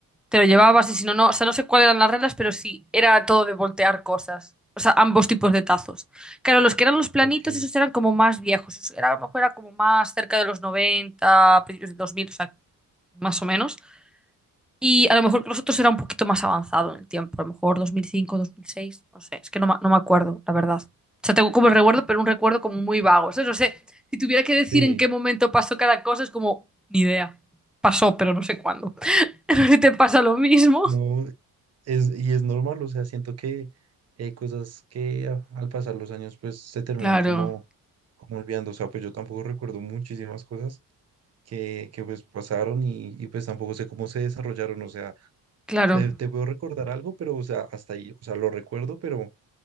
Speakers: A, in the centre; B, on the right.
A: te lo llevabas y si no, no, o sea, no sé cuáles eran las reglas, pero sí, era todo de voltear cosas. O sea, ambos tipos de tazos. Claro, los que eran los planitos,
B: Ok.
A: esos eran como más viejos. Eso era, a lo mejor era como más cerca de los noventa principios de 2000, o sea, más o menos. Y a lo mejor que los otros era un poquito más avanzado en el tiempo, a lo mejor dos dos mil cinco dos mil seis no sé, es que no, ma- no me acuerdo, la verdad. O sea, tengo como el recuerdo, pero un recuerdo como muy vago. O no sé, si tuviera que decir
B: Sí,
A: en qué momento pasó cada cosa, es como, ni idea. Pasó, pero no sé cuándo. <laughs> No sé si te pasa lo mismo.
B: no, es, y es normal, o sea, siento que hay cosas que a- al pasar los años pues se terminan
A: Claro,
B: como, como olvidando, o sea, pues yo tampoco recuerdo muchísimas cosas que, que pues pasaron y, y, pues tampoco sé cómo se desarrollaron, o sea,
A: claro.
B: te, te puedo recordar algo, pero o sea, hasta ahí, o sea, lo recuerdo, pero